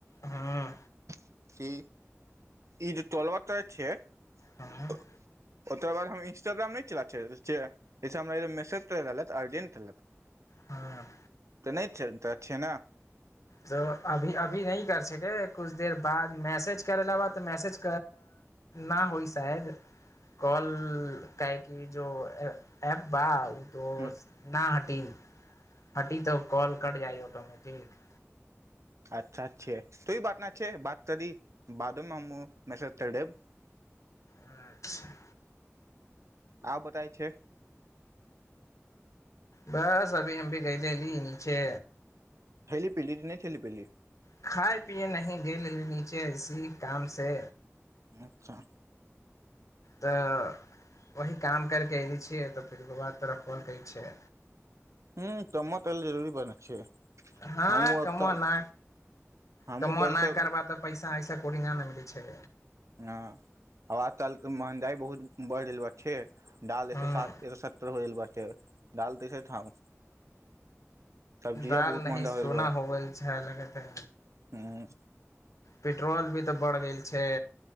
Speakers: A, on the left; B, on the right.
A: हँ
B: कि ई जे तोलब तर छिय
A: हँ
B: ओकर बाद हम इंस्टाग्राम नहि च छियै हमरा मैसेज त रहल अर्जेंट रहलक
A: हँ
B: तऽ नहि त छिय ने
A: त अभी अभी न कर छके कछ देर बाद मैसेज करै ला बा तऽ मैसेज ना होइ शायद कॉल कै क जो एप बा तो
B: हूँ
A: न ह ट हटी तऽ कॉल कट जाइ ऑटोमेटिक
B: अच्छा अच्छे तो ई बात न अच्छा छैे बात करी बादोमे हम मैसेज कर देब
A: अच्छा
B: आ बताय छै
A: बस अभी हम भी गयले रही नीचे
B: खयली पीली नहि खयली पीली
A: खाए पियए नहि गेलेली नीचे इसी काम से
B: अच्छा
A: तऽ वही काम करि कऽ अयने छियै तऽ फेर ओकर बाद तोरा कॉल करै छिय
B: ह तमा तल जरूरी बनेक छै
A: हँ
B: हमहूँ
A: कमाना
B: तल हमहूँ
A: कमाना
B: तल सब
A: करबा तऽ पैसा ऐसा पड़ंग ने मरी छै
B: हँ हवा तालके महगाइ बहुत बढ़ि गेल छै डाल एक
A: हँ
B: सए सात एक सए सरि होल बाक डाल दसे ठाम सब्जिया
A: दाल
B: बहुत
A: नहि
B: महंगा
A: सोना
B: हो गेल बा
A: होबैछा लगते
B: हूँ
A: पेट्रोल भी तऽ बढ़ि गेल छै